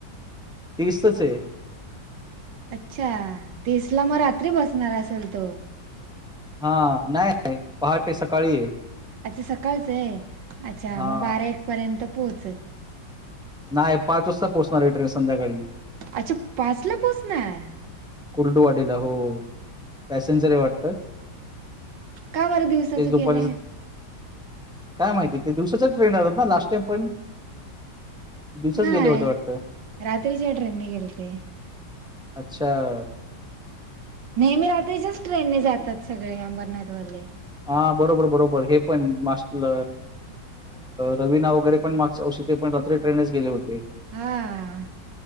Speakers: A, in the centre; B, on the right (about 75°).
A: तीसच च आहे.
B: अच्छा तीसला मग रात्री बसणार असेल तो?
A: हां नाय पहाटे सकाळी आहे.
B: अच्छा सकाळचं आहे अच्छा
A: हां,
B: मग बारा एक पर्यंत पोहचल.
A: नाय पाच वाजता पोहोचणार आहे ट्रेन संध्याकाळी.
B: अच्छा पाचला पोचणार?
A: कुर्डुवाडीला हो पॅसेंजर आहे वाटतं.
B: का बरं दिवसाचं
A: तेच
B: केलंय
A: दुपारच काय माहिती ते दिवसाच्या ट्रेन जातात ना लास्ट टाईम पण दिवसाच
B: नाय
A: गेले होते वाटतं.
B: रात्रीच्या ट्रेनने गेलते.
A: अच्छा!
B: नेहमी रात्रीच्याच ट्रेनने जातात सगळे अंबरनाथवाले.
A: हा बरोबर बरोबर हे पण मास्तल रविना वगैरे पण मागच्या वर्षी ते पण रात्र ट्रेनेच गेले होते.
B: हां!